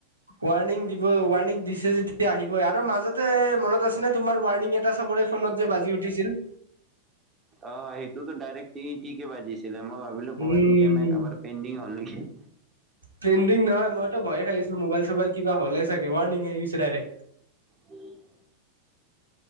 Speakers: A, on the right; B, on the right.
A: ৱাৰ্ণিং দিব ৱাৰ্ণিং দিছে যেতিয়া আহিবই। আৰু মাজতে মনত আছেনে তোমাৰ ৱাৰ্ণিং এটা চাব, ফোনত যে বাজি উঠিছিল।
B: অ সেইটোতো ডাইৰেক্ট টি টিকে বাজিছিলে, মই ভাবিলো
A: উম
B: কৰবাত ই এম আই কাৰবাৰ পেণ্ডিং হল নেকি!
A: পেণ্ডিং নহয় মইতো ভয়ে খাইছিলো মোবাইল চবাইল কিবা হ'লে চাগে ৱাৰ্নিং আহি গৈছে ডাইৰেক।
B: উম <unintelligible>